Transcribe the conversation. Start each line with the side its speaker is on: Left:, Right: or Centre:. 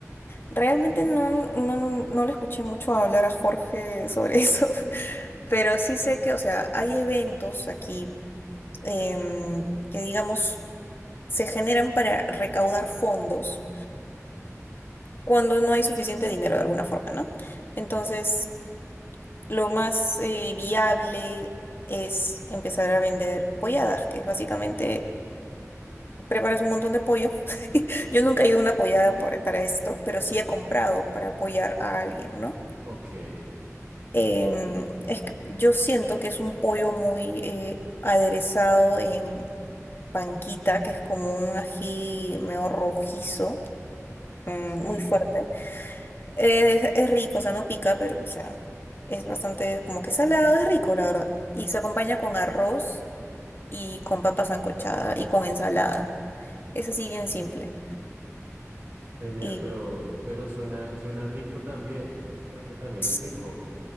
Left: Realmente no, no, no le escuché mucho hablar a Jorge sobre eso. <laughs> Pero sí sé que, o sea, hay eventos aquí em, que, digamos, se generan para recaudar fondos cuando no hay suficiente dinero de alguna forma, ¿no? Entonces, lo más eh, viable es empezar a vender polladas, que es básicamente
Right: Ok.
Left: preparas un montón de pollo. <laughs> Yo nunca he ido a una pollada por- para esto, pero sí he comprado para apoyar a alguien, ¿no?
Right: Ok,
Left: Em, es que yo siento que es un pollo muy eh, aderezado en panquita, que es como un ají medio rojizo, mm,
Right: sí,
Left: muy fuerte. Es, es rico, o sea, no pica, pero, o sea, es bastante como que salado, es rico, la verdad. Y se acompaña con arroz y con papa sancochada y con ensalada. Es así bien simple.
Right: genial,
Left: Y
Right: pero, pero suena, suena rico también. Suena que también
Left: s-
Right: es rico.